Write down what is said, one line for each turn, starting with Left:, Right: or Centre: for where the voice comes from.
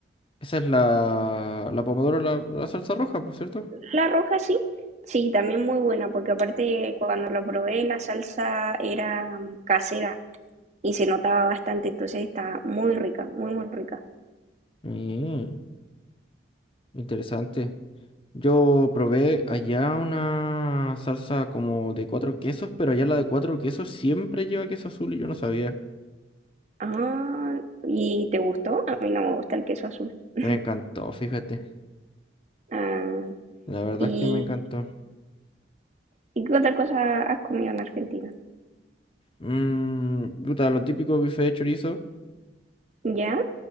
Left: Esa es la, la pomodoro, la, la salsa roja, por cierto.
Right: la roja sí. Sí, también muy buena, porque aparte cuando la probé la salsa era mm, casera y se notaba bastante, entonces está muy rica, muy, muy rica.
Left: Mm, interesante. Yo probé allá una salsa como de cuatro quesos, pero allá la de cuatro quesos siempre lleva queso azul y yo no sabía.
Right: Ah, ¿y te gustó? A mí no me gusta el queso azul. <laughs>
Left: Y Me encantó, fíjate.
Right: Ah,
Left: La verdad
Right: y
Left: es que me encantó.
Right: ¿Y qué otra cosa has comido en Argentina?
Left: Mm, puta, lo típico bife de chorizo.
Right: ¿Ya?